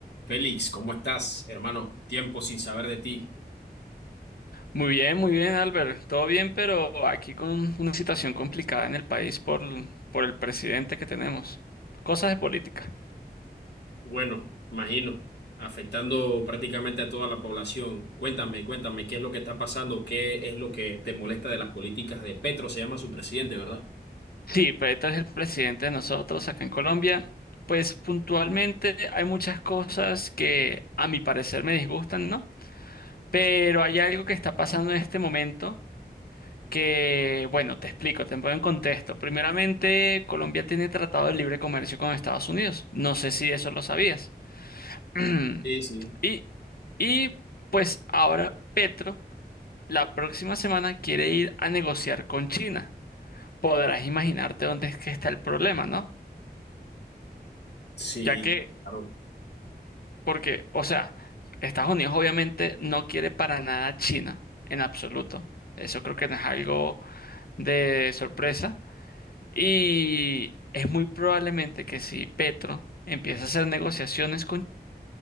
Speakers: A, on the left; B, on the left.
A: Félix, ¿cómo estás, hermano? Tiempo sin saber de ti.
B: Muy bien, muy bien, Albert. Todo bien, pero aquí con una situación complicada en el país por, por el presidente que tenemos. Cosas de política.
A: Bueno, imagino, afectando prácticamente a toda la población. Cuéntame, cuéntame, ¿qué es lo que está pasando? ¿Qué es lo que te molesta de las políticas de Petro? Se llama su presidente, ¿verdad?
B: Sí, Petro es el presidente de nosotros acá en Colombia. Pues puntualmente hay muchas cosas que a mi parecer me disgustan, ¿no? Pero hay algo que está pasando en este momento que, bueno, te explico, te pongo en contexto. Primeramente, Colombia tiene tratado de libre comercio con Estados Unidos. No sé si eso lo sabías. <clears throat>
A: Sí, sí.
B: Y Y pues ahora Petro la próxima semana quiere ir a negociar con China. Podrás imaginarte dónde es que está el problema, ¿no?
A: Sí,
B: Ya que,
A: claro,
B: porque, o sea, Estados Unidos obviamente no quiere para nada a China, en absoluto. Eso creo que no es algo de sorpresa. Y es muy probablemente que si Petro empieza a hacer negociaciones con